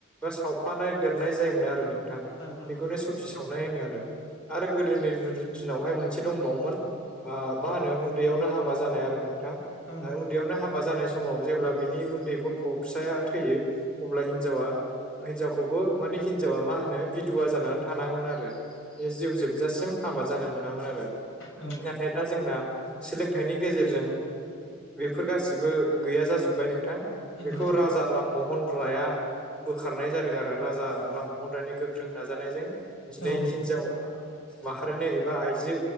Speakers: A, in the centre; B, on the left (about 65°).
A: सावफानाय देरनाय जायोमोन आरो नों थां
B: औ नोंथां
A: बेखौनो
B: औ
A: सथि सावनाय होनो आरो। आरो गोदोनि दिनावहाय मोनसे दंबावोमोन ओ मा होनो उन्दैयावनो हाबा जानाय आरो नोंथां।
B: औ नोंथां
A: ओ उन्दैयावनो हाबा जानाय सम माव जेब्ला बिनि उन्दै गथ' फिसाया थैयो अब्ला हिनजावा हिनजावखौबो माने हिनजावा मा होनो बिदुवा जानानै थानाङोमोन आरो बे जिउ जोबजासिम हाबा जानो मोनामोन आरो‌। नाथाय
B: औ
A: दा जोंना सोलोंथाइनि गेजेरजों बेफोर गासिबो गैया जाजोब्बाय नोंथां। बेखौ
B: नोंथां औ नोंथां औ
A: राजा राम महन राया बोखारनाय जादों आरो राजा राममहन रायनि गोख्रों नाजानायजों। दिनै
B: औ नोंथां
A: हिनजाव माहारिनो एबा आइजो